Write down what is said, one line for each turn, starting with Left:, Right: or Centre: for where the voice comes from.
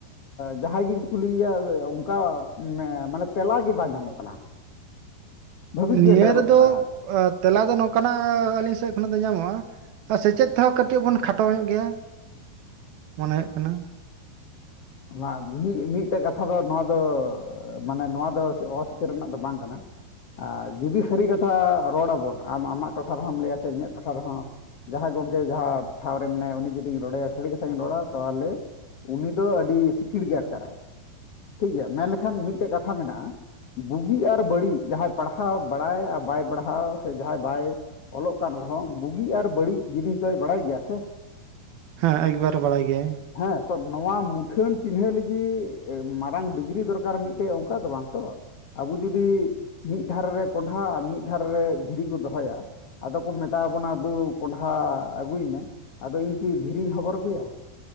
Left: ᱡᱟᱦᱟᱸᱭ ᱜᱤᱧ ᱠᱩᱞᱤᱭᱮᱭᱟ ᱚᱱᱠᱟ ᱢᱮ ᱢᱟᱱᱮ ᱛᱮᱞᱟ ᱜᱮ ᱵᱟᱝ ᱧᱟᱢᱚᱜ ᱠᱟᱱᱟ ᱵᱷᱟᱹᱵᱤᱛ
Right: ᱱᱤᱭᱟᱹ
Left: ᱜᱮ ᱟᱴᱠᱟᱨᱚᱜ
Right: ᱨᱮᱫᱚ
Left: ᱠᱟᱱᱟ
Right: ᱛᱮᱞᱟ ᱫᱚ ᱱᱚᱠᱟᱱᱟᱜ ᱟᱹᱞᱤᱧ ᱥᱮᱫ ᱠᱷᱚᱱᱟᱜ ᱫᱚ ᱧᱟᱢᱚᱜᱼᱟ ᱥᱮᱪᱮᱫ ᱛᱮᱦᱚᱸ ᱠᱟᱹᱴᱤᱡ ᱵᱚᱱ ᱠᱷᱟᱴᱚ ᱧᱚᱜ ᱜᱮᱭᱟ ᱢᱚᱱᱮ ᱦᱩᱭᱩᱜ ᱠᱟᱱᱟ
Left: ᱚᱱᱟ ᱢᱤ ᱢᱤᱫᱴᱟᱹ ᱠᱟᱛᱷᱟ ᱫᱚ ᱱᱚᱣᱟ ᱫᱚ ᱢᱟᱱᱮ ᱱᱚᱣᱟ ᱫᱚ ᱚᱥᱤᱠᱟᱹᱨ ᱨᱮᱱᱟᱜ ᱫᱚ ᱵᱟᱝ ᱠᱟᱱᱟ ᱟᱨ ᱡᱩᱫᱤ ᱥᱟᱹᱨᱤ ᱠᱟᱛᱷᱟ ᱨᱚᱲ ᱟᱵᱚᱱ ᱟᱢ ᱟᱢᱟᱜ ᱴᱚᱴᱷᱟ ᱨᱮᱦᱚᱸᱚᱢ ᱞᱟᱹᱭᱟ ᱥᱮ ᱤᱧᱟᱹᱜ ᱴᱚᱴᱷᱟ ᱨᱮᱦᱚᱸ ᱡᱟᱦᱟᱸᱭ ᱜᱚᱢᱠᱮ ᱡᱟᱦᱟᱸ ᱴᱷᱟᱶ ᱨᱮ ᱢᱮᱱᱟᱭᱟ ᱩᱱᱤ ᱡᱩᱫᱤᱧ ᱨᱚᱲᱮᱭᱟ ᱥᱟᱹᱨᱤ ᱠᱟᱛᱷᱟᱧ ᱨᱚᱲᱟ ᱛᱟᱦᱚᱞᱮ ᱩᱱᱤ ᱫᱚ ᱟᱹᱰᱤ ᱟᱹᱰᱤ ᱥᱤᱠᱤᱲ ᱜᱮ ᱟᱴᱠᱟᱨᱟᱭ ᱴᱷᱤᱠ ᱜᱮᱭᱟ ᱢᱮᱱᱞᱠᱷᱟᱱ ᱢᱤᱫᱴᱟᱹᱜ ᱠᱟᱛᱷᱟ ᱢᱮᱱᱟᱜᱼᱟ ᱵᱩᱜᱤ ᱟᱨ ᱵᱟᱹᱲᱤᱡ ᱡᱟᱦᱟᱭ ᱯᱟᱲᱦᱟᱣ ᱵᱟᱲᱟᱭ ᱟᱨ ᱵᱟᱭ ᱯᱟᱲᱦᱟᱣ ᱥᱮ ᱡᱟᱦᱟᱸᱭ ᱵᱟᱭ ᱚᱞᱚᱜ ᱠᱟᱱ ᱨᱮᱦᱚᱸ ᱵᱩᱜᱤ ᱟᱨ ᱵᱟᱹᱲᱤᱡ ᱡᱤᱱᱤᱥ ᱫᱚᱭ ᱵᱟᱲᱟᱭ ᱜᱮᱭᱟ ᱥᱮ
Right: ᱦᱮᱸ ᱮᱠᱵᱟᱨᱮ ᱵᱟᱲᱟᱭ ᱜᱮᱭᱟᱭ
Left: ᱦᱮᱸ ᱛᱚ ᱱᱚᱣᱟ ᱠᱷᱟᱹᱱ ᱪᱤᱱᱦᱟᱹᱣ ᱞᱟᱹᱜᱤᱫ ᱢᱟᱨᱟᱝ ᱰᱤᱜᱽᱨᱤ ᱫᱚᱨᱠᱟᱨ ᱢᱤᱫᱴᱟᱹᱜ ᱚᱱᱠᱟ ᱫᱚ ᱵᱟᱝ ᱛᱚ ᱟᱵᱚ ᱡᱩᱫᱤ ᱢᱤᱫ ᱫᱷᱟᱨᱮ ᱨᱮ ᱠᱚᱸᱱᱰᱷᱟ ᱟᱨ ᱢᱤᱫ ᱫᱷᱟᱨᱮ ᱨᱮ ᱫᱷᱤᱨᱤ ᱠᱚ ᱫᱚᱦᱚᱭᱟ ᱟᱫᱚ ᱠᱚ ᱢᱮᱛᱟ ᱵᱚᱱᱟ ᱫᱩ ᱠᱚᱸᱱᱰᱷᱟ ᱟᱹᱜᱩᱭ ᱢᱮ ᱟᱫᱚ ᱤᱧ ᱠᱤ ᱫᱷᱤᱨᱤᱧ ᱦᱚᱵᱚᱨ ᱟᱹᱜᱩᱭᱟ